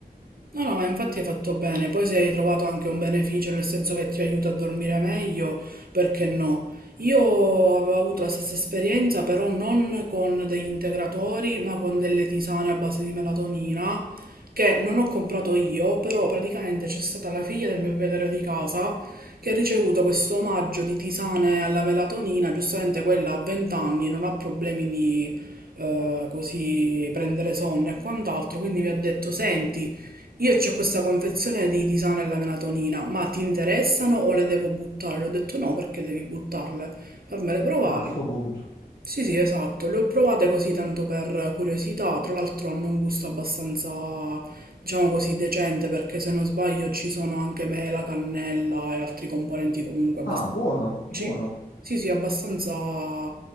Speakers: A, on the right; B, on the left.
A: No, no, ma infatti hai fatto bene. Poi se hai trovato anche un beneficio, nel senso che ti aiuta a dormire meglio, perché no? Io avevo avuto la stessa esperienza, però non con degli integratori, ma con delle tisane a base di melatonina, che non ho comprato io, però praticamente c'è stata la figlia del mio proprietario di casa che ha ricevuto questo omaggio di tisane alla melatonina, giustamente quella a 20 anni non ha problemi di eh, così prendere sonno e quant'altro, quindi mi ha detto, senti, io c'ho questa confezione di tisane alla melatonina, ma ti interessano o le devo buttare? Le ho detto no perché devi buttarle, fammele provare.
B: Ah, a sto punto.
A: Sì, sì, esatto, le ho provate così tanto per curiosità, tra l'altro hanno un gusto abbastanza, diciamo così, decente perché se non sbaglio ci sono anche mela, cannella e altri componenti comunque abbastanza
B: Ah, buono,
A: dolci.
B: buono.
A: Sì, sì, abbastanza